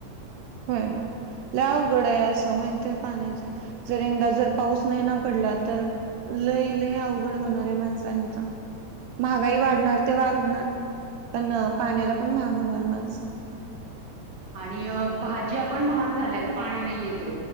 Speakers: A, on the right; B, on the right.
A: होय ना लय अवघड आहे असं माहित आहे पाण्याचा जर यंदा जर पाऊस नाही ना पडला तर लय लय अवघड होणार आहे माणसांचा. महागाई वाढणार ते वाढणार पण पाण्याला पण महाग होणार माणसं.
B: आणि भाज्या पण महाग झाल्यात पाणी नाहीय तर.